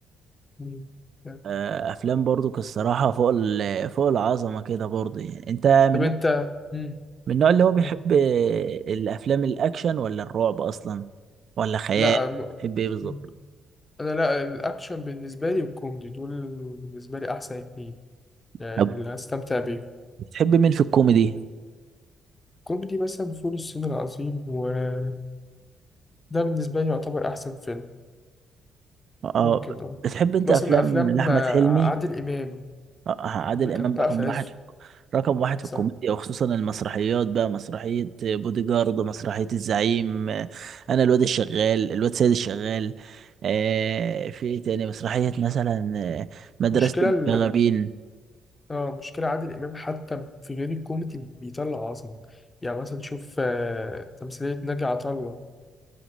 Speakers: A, on the left (about 25°); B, on the right (about 55°).
A: مم. جامد.
B: آه، افلام برضو الصراحه فوق ال- فوق العظمه كده برضو يعني انت
A: طب
B: من
A: انت مم.
B: من النوع اللي هو بيحب
A: أي.
B: الافلام الاكشن ولا الرعب اصلا ولا خيال
A: لا م...
B: بتحب ايه بالظبط
A: مم. انا لا الاكشن بالنسبة لي والكوميدي دول بالنسبة لي احسن اتنين يعني
B: طب
A: اللي هستمتع بيهم
B: بتحب مين في الكوميدي
A: كوميدي مثلا فول الصين العظيم وده بالنسبة لي يعتبر أحسن فيلم
B: اه
A: ممكن اه
B: بتحب انت
A: مثلا
B: افلام
A: أفلام
B: لاحمد
A: آه،
B: حلمي
A: عادل إمام
B: آه عادل
A: لما كان
B: امام
A: بقى
B: رقم
A: في عزه
B: واحد في رقم واحد في
A: صح
B: الكوميديا وخصوصا المسرحيات بقى مسرحية بودي جارد مسرحية الزعيم آه، انا الواد الشغال الواد سيد الشغال آه في ايه تاني مسرحية مثلا آه، مدرسة
A: مشكلة ال...
B: المشاغبين
A: اه مشكلة عادل إمام حتى في غير الكوميدي بيطلع عظمة يعني مثلا شوف آه، تمثيلية ناجي عطا الله